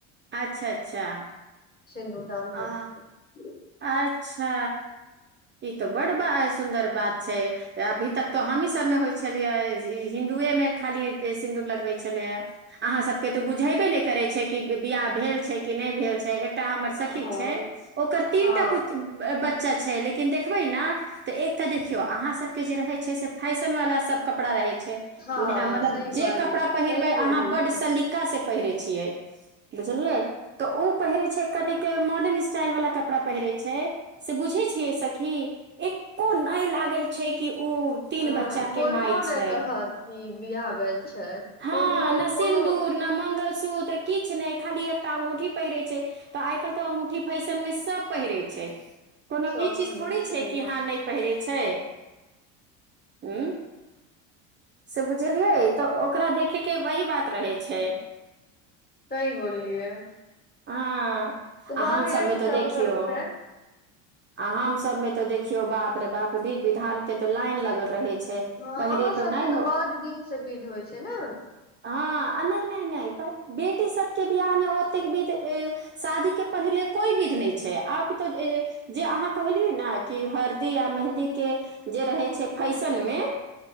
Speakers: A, on the right (about 25°); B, on the left (about 25°).
A: अच्छा अच्छा
B: सिन्दुरदान
A: आ
B: होइत छै
A: अच्छा ई तऽ बड्ड बड़ा सुन्दर बात छै अभी तक तऽ हमहीं सभमे होइ छलियै हिन्दुएमे खाली सिन्दूर लगबै छलैय अहाँ सभकेँ तऽ बुझैबे नहि करै छै कि बियाह भेल छै कि नहि भेल छै एक- एकटा हमर सखी
B: हँ
A: छै ओकर तीनटा
B: हँ
A: पुत ब <unintelligible> बच्चा छैइ लेकिन देखबय ना तऽ एकटा देखियौ अहाँ सब केँ जे रहेशय छैक से फैशन वाला सब कपड़ा रहय
B: हँ
A: मतलब
B: सही
A: जे
B: बाजै
A: कपड़ा
B: छै
A: पहिरबय
B: सही बोलली
A: अहाँ बड्ड
B: बहिन
A: सलीका से पहिरय छियैक बुझलियै तऽ ओ पहिरैइ छैइ कनि मॉडर्न स्टाइल वला क कपड़ा पहिरे छैइ से बुझय छिअइ सखी एको नई लागय छैक कि ओ तीन
B: हंअ्
A: बच्चा
B: कोनो
A: के माय
B: नई
A: छै
B: कहत बिआह भेल छैई
A: हँ
B: कोनो
A: न सिन्दूर
B: कोनो
A: न मंगलसूत्र किछु नहि खाली एकटा अंगूठी पहिरे छैक तऽ आइ काल्हि तऽ अंगूठी फैशन मे सब पहिरैइ छैक कोनो
B: सब
A: ई चीज
B: पहिने
A: थोड़ी
B: छै सही
A: छैक कि
B: बात
A: हँ नहि पहिरे छैइ हैय उं से बुझ <inaudible> बुझलियै तऽ ओकरा देखकेँ वही बात रहय छैक
B: सही बोललियै
A: हँ आ
B: बस
A: हम
B: यही
A: सबमे तो
B: सब
A: देखियौ
B: होइ छैय
A: आ हम सब मे तो देखियौ बाप रे बाप विध विधान के तो लाइन लगल रहे छै
B: हँ
A: पहिरे
B: अहाँ
A: तो
B: सभके
A: नहि हो
B: तऽ ब्ड दिनसँ विध होइ छैय ने
A: हँ आ नहि नहि नहि बेटी सब के बियाह मे ओतेक विध शादीके पहिले कोइ विध नहि छैय आब तऽ जे अहाँ कहलियै ने कि हरदी आ मेहदीके जे रहै छैय फैशनमे